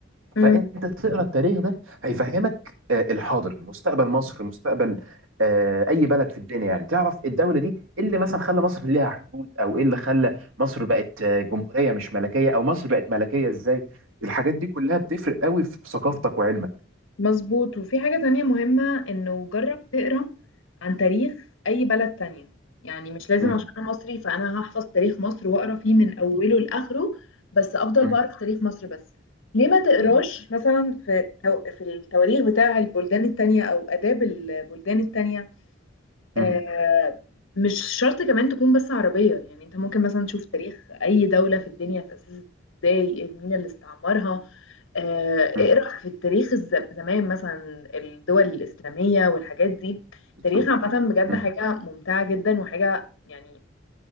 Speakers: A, on the left; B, on the right.
A: امم
B: فانت تقرا التاريخ ده هيفهمك آه، الحاضر مستقبل مصر مستقبل آه، اي بلد في الدنيا يعني تعرف الدوله دي ايه اللي مثلا خلى مصر ليها حدود او ايه اللي خلى مصر بقت آه، جمهوريه مش ملكيه او مصر بقت ملكيه ازاي الحاجات دي كلها بتفرق قوي في ثقافتك وعلمك
A: مظبوط وفي حاجه تانية مهمه انه جرب تقرا عن تاريخ اي بلد تانية يعني مش لازم
B: امم
A: عشان انا مصري فانا هحفظ تاريخ مصر واقرا فيه من اوله لاخره بس افضل
B: امم
A: بقرا في تاريخ مصر بس ليه ما تقراش
B: امم
A: مثلا في التو- في التواريخ بتاع البلدان التانية او اداب البلدان التانية
B: امم
A: آه، مش شرط كمان تكون بس عربية يعني انت ممكن مثلا تشوف تاريخ اي دولة في الدنيا اتأسست ازاي مين اللي استعمرها آه،
B: امم
A: اقرأ في التاريخ الز- زمان مثلا الدول الإسلامية والحاجات دي التاريخ
B: بالظبط
A: عامة بجد
B: امم
A: حاجة ممتعة جدا وحاجة يعني